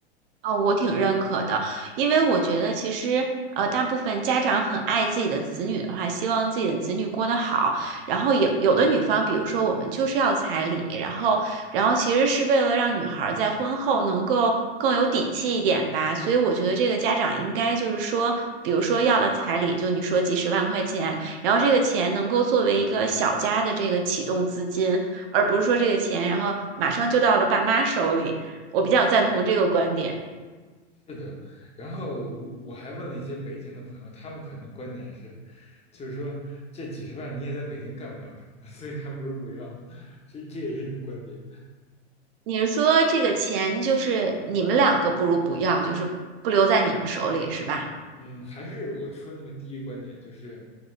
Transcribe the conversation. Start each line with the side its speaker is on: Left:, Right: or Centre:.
Right: 哦，我挺认可的，因为我觉得其实呃，大部分家长很爱自己的子女的话，希望自己的子女过得好。然后有有的女方，比如说我们就是要彩礼，然后然后其实是为了让女孩儿在婚后能够更有底气一点吧。所以我觉得这个家长应该就是说，比如说要了彩礼，就你说几十万块钱，然后这个钱能够作为一个小家的这个启动资金，而不是说这个钱然后马上就到了爸妈手里。我比较赞同这个观点。
Left: 是的，然后我我还问了一些北京的朋友，他们可能观点是，就是说这几十万你也在北京干不了什么，<laughs> 所以还不如不要，这这也是一种观点。
Right: 你是说这个钱就是你们两个不如不要，就是不留在你们手里是吧？
Left: 嗯，还是我说那个第一观点，就是